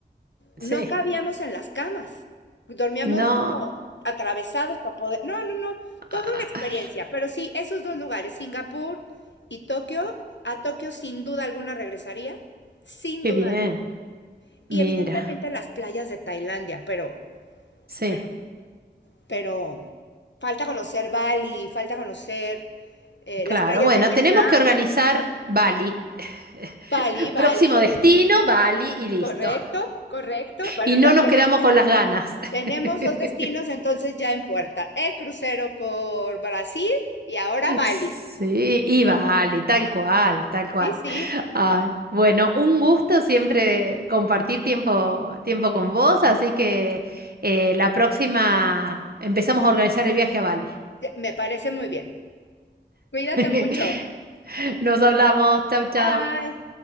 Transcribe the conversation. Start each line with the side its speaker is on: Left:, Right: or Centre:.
Right: sí.
Left: No cabíamos en las camas. Dormíamos
Right: No.
Left: como atravesados para poder. No, no, no. Toda
Right: ah,
Left: una experiencia. Pero sí, esos dos lugares, Singapur y Tokio. A Tokio sin duda alguna regresaría. Sin
Right: qué
Left: duda
Right: bien.
Left: alguna. Y
Right: Mira,
Left: evidentemente las playas de Tailandia, pero,
Right: sí.
Left: pero, pero falta conocer Bali, falta conocer eh,
Right: Claro,
Left: las playas
Right: bueno,
Left: de Vietnam.
Right: tenemos que organizar Bali. <laughs>
Left: Bali, Bali.
Right: Próximo destino, Bali y listo.
Left: Correcto,
Right: <laughs>
Left: correcto. Bueno,
Right: Y no
Left: ya
Right: nos
Left: tenemos
Right: quedamos con las ganas. <laughs>
Left: Tenemos dos destinos entonces ya en puerta, el crucero por Brasil y ahora Bali.
Right: Sí, y Bali, tal cual, tal cual.
Left: Sí, sí,
Right: Ay, bueno, un gusto siempre compartir tiempo, tiempo con vos, así que eh, la próxima empezamos a organizar el viaje a Bali.
Left: me parece muy bien. Cuídate
Right: <laughs>
Left: mucho.
Right: Nos hablamos, chau, chau.
Left: Bye.